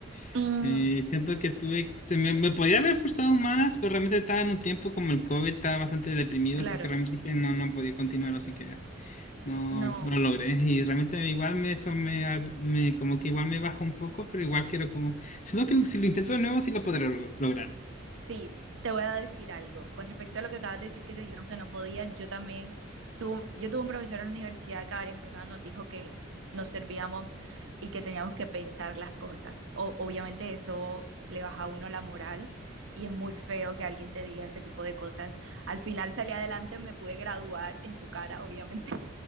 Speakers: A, on the left (about 40°); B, on the right (about 70°).
A: <laughs>
B: Mm,
A: y siento que tuve, se me, me podía haber esforzado más, pero realmente estaba en un tiempo como el COVID, estaba bastante deprimido,
B: claro,
A: así que realmente dije no, no podía continuar, así que no,
B: no,
A: no lo logré. Y realmente igual me, eso me, ar- me- como que igual me bajó un poco, pero igual quiero como, siento que si lo intento de nuevo sí lo podré log- lograr.
B: Sí, te voy a decir algo. Con respecto a lo que acabas de decir, que te dijeron que no podías, yo también, tu- yo tuve un profesor en la universidad que a varias personas nos dijo que nos servíamos y que teníamos que pensar las cosas. O- obviamente eso le baja a uno la moral y es muy feo que alguien te diga ese tipo de cosas. Al final salí adelante, me pude graduar en su cara, obviamente.